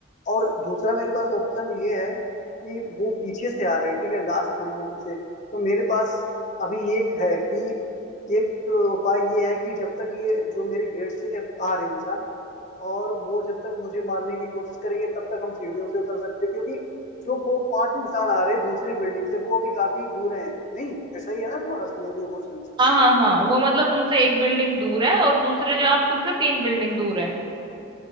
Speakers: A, on the left; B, on the right.
A: और दूसरा मेरे पास ऑप्शन ये है कि वो पीछे से आ रहे हैं ठीक है लास्ट बिल्डिंग से तो मेरे पास अभी एक है कि एक उपाय ये है कि जब तक ये जो मेरे गेट से आ रहे हैं इंसान और वो जब तक मुझे मारने की कोशिश करेंगे तब तक हम सीढ़ियों से उतर सकते हैं क्योंकि जो वो पांच इंसान आ रहे हैं दूसरी बिल्डिंग से वो अभी काफी दूर हैं नहीं ऐसा ही है ना तुम्हारा सिनेरियो क्वेश्चन
B: हाँ हाँ हाँ वो मतलब तुमसे एक बिल्डिंग दूर है और दूसरे जो आप तुमसे तीन बिल्डिंग दूर है